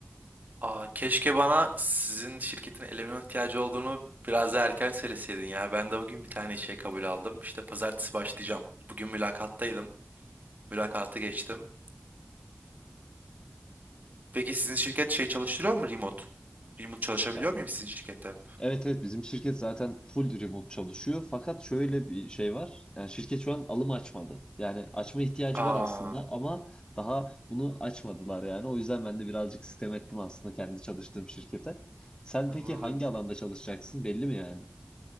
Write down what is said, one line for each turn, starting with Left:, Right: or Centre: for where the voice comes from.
Right: Aa, keşke bana sizin şirketin eleman ihtiyacı olduğunu biraz daha erken söyleseydin ya. Ben de bugün bir tane işe kabul aldım. İşte pazartesi başlayacağım. Bugün mülakattaydım. Mülakatı geçtim. Peki sizin şirket şey çalıştırıyor mu remote? Remote çalışabiliyor
Left: Ya,
Right: muyum sizin şirkette?
Left: evet evet bizim şirket zaten full remote çalışıyor. Fakat şöyle bir şey var. Yani şirket şu an alım açmadı. Yani açma ihtiyacı
Right: Aa,
Left: var aslında ama daha bunu açmadılar yani. O yüzden ben de birazcık sitem ettim aslında kendi çalıştığım şirkete. Sen
Right: anladım.
Left: peki hangi alanda çalışacaksın belli mi yani?